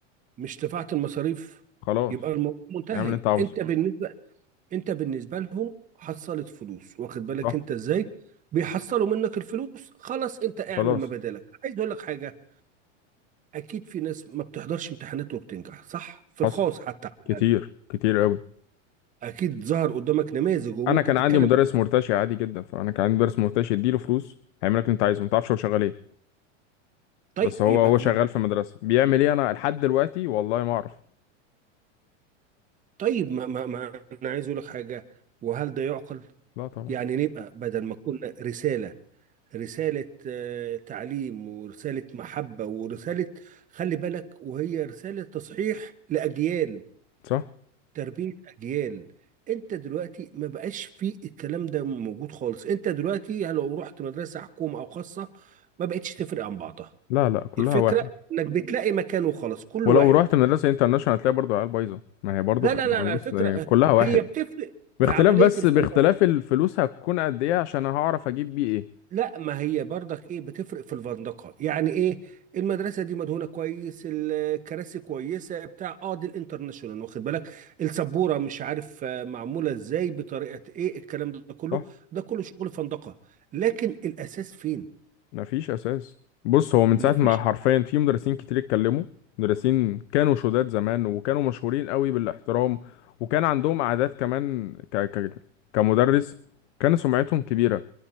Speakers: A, on the right; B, on the left.
A: مش دفعت المصاريف
B: خلاص
A: يبقى الموضوع منتهي
B: اعمل اللي انت عاوزه
A: انت بالنسبة انت بالنسبة لهم حصلت فلوس واخد بالك
B: صح
A: انت ازاي بيحصلوا منك الفلوس خلاص انت اعمل
B: خلاص
A: ما بدالك عايز اقول لك حاجة اكيد في ناس ما بتحضرش امتحانات وبتنجح صح في الخاص
B: حصل
A: حتى
B: كتير
A: على الاقل
B: كتير قوي
A: اكيد ظهر قدامك نماذج وممكن
B: انا كان
A: تتكلم
B: عندي مدرس مرتشي عادي جدا فانا كان عندي مدرس مرتشي اديله فلوس هيعمل لك اللي انت عايزه ما تعرفش هو شغال ايه
A: طيب
B: بس هو
A: يبقى
B: هو شغال
A: يبقى
B: في مدرسه بيعمل ايه انا لحد دلوقتي والله ما اعرف
A: طيب ما, ما, ما انا عايز اقول لك حاجه وهل ده يعقل؟
B: لا طبعا
A: يعني نبقى بدل ما كنا رساله رساله آه، تعليم ورساله محبه ورساله خلي بالك وهي رساله تصحيح لاجيال
B: صح
A: تربيه اجيال انت دلوقتي ما بقاش في الكلام ده موجود خالص انت دلوقتي لو رحت مدرسه حكومه او خاصه ما بقتش تفرق عن بعضها
B: لا لا كلها
A: الفكره
B: واحد
A: انك بتلاقي مكان وخلاص كل
B: ولو
A: واحد
B: رحت مدرسه انترناشونال هتلاقي برضه عيال بايظه ما هي برضه
A: لا
B: خ...
A: لا
B: ما
A: لا لا،
B: بص
A: الفكرة
B: إيه،
A: آه،
B: كلها واحد
A: هي بتفرق
B: باختلاف
A: في عملية
B: بس
A: الفندقة
B: باختلاف الفلوس هتكون قد ايه عشان هعرف اجيب بيه ايه
A: لا ما هي برضك ايه بتفرق في الفندقة يعني ايه المدرسة دي مدهونة كويس الكراسي كويسة بتاع اه دي الانترناشونال واخد بالك السبورة مش عارف آه، معمولة ازاي بطريقة ايه الكلام ده كله
B: صح
A: ده كله شغل فندقة لكن الاساس فين
B: مفيش اساس بص هو من
A: مفيش
B: ساعه ما حرفيا في مدرسين كتير اتكلموا مدرسين كانوا شداد زمان وكانوا مشهورين قوي بالاحترام وكان عندهم اعداد كمان ك... ك... كمدرس كان سمعتهم كبيره